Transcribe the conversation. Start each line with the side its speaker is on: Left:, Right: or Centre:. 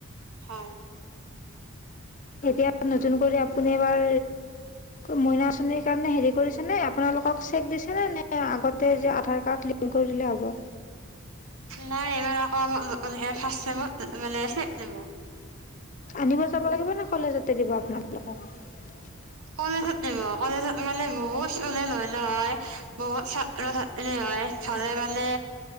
Right: হয়।
Left: এতিয়া নতুন কৰি আপুনি এবাৰ মইনা আঁচনি কাৰণে হেৰি কৰিছে নে আপোনালোকক চেক দিছে নে? নে আগতে যে আধাৰ কাৰ্ড লিংক কৰি দিলে হ'ব?
Right: নাই ইমান অক <unintelligible> সেইয়া ফাৰ্ষ্ট ছেমত মানে চেক দিব।
Left: আনিব যাব লাগিব নে কলেজতে দিব আপোনাক? <unintelligible>
Right: কলেজত দিব, কলেজত মানে বহুত ষ্টুডেণ্ট হয় নহয় বহুত ছাত্ ছাত্ৰ ছাত্ৰী হয় চলে মানে